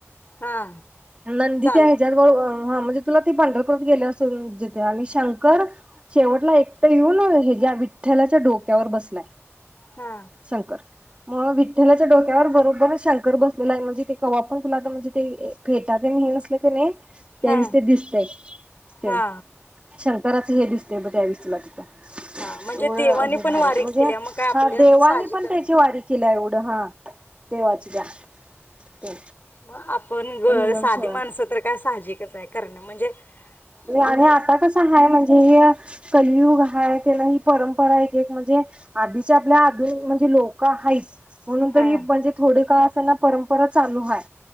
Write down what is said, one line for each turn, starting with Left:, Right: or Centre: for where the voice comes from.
Left: हा
Right: नंदी
Left: चालत
Right: ते <inaudible> <unintelligible> ते पंढरपूर गेले सून ज आणि शंकर शेवटला एकटं येऊन हे या विठ्ठलाच्या डोक्यावर बसलाय
Left: हा
Right: शंकर मग विठ्ठलाच्या डोक्यावर बरो गण शंकर बसलेला हाय म्हणजे ते कवा पण तुला आता म्हणजे ते फेटा तेन हे नसल कनाय त्यावेस
Left: हा
Right: ते दिसतय ते
Left: हा
Right: शंकराच हे दिस मग त्यावेळेस तुला तिथं
Left: हा म्हणजे
Right: ओय
Left: देवाने
Right: म्हणजे
Left: पण वारी केल्या मग काय आपल्याच
Right: ह देवानी
Left: साहजिकच
Right: पण त्याची
Left: आहे
Right: वारी केली हाय ओ हा देवाची दया
Left: मग आपण ग
Right: रियल
Left: साधी
Right: सोळा
Left: माणसं तर काय साहजिकच आहे करणं म्हणजे मग
Right: आणि आता कस हाय माही ध्येय कलियुग हाय त्यांन ही परंपरा एक एक म्हणजे आधीच्या आपल्या आधुनिक म्हणजे लोक हायत. म्हणून
Left: हां
Right: तर ही म्हणजे थोडे काळ त्याला परंपरा चालू हाय